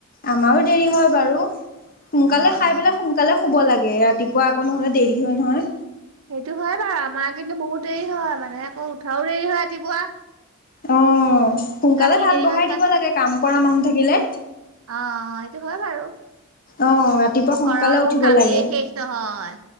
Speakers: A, on the left (about 40°); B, on the right (about 70°).
A: আমাৰো দেৰি হয় বাৰু সোনকালে
B: অ অ
A: খাই পেলাই সোনকালে শুব লাগে। এ ৰাতিপুৱা আকৌ নহলে দেৰি হয় নহয়।
B: সেইটো হয় বাৰু আমাৰ কিন্তু বহুত দেৰি হয় মানে আকৌ উঠাও দেৰি হয় ৰাতিপুৱা।
A: অ' সোনকালে
B: ৰাতি
A: ভাত
B: দেৰি
A: বহাই
B: হয় তাত
A: দিব লাগে কাম কৰা মানুহ থাকিলে।
B: অ সেইটো হয় বাৰু
A: অ ৰাতিপুৱা সোনকালে
B: ঘৰৰ এখন
A: উঠিব
B: কামেই
A: লাগে,
B: শেষ নহয়